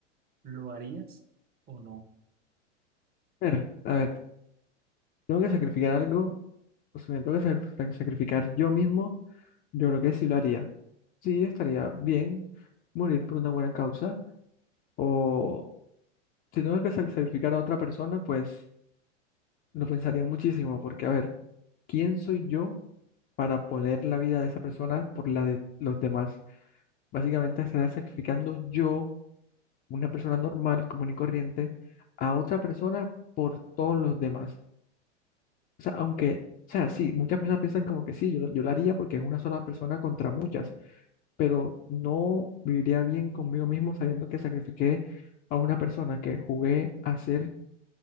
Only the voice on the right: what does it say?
¿Lo harías o no?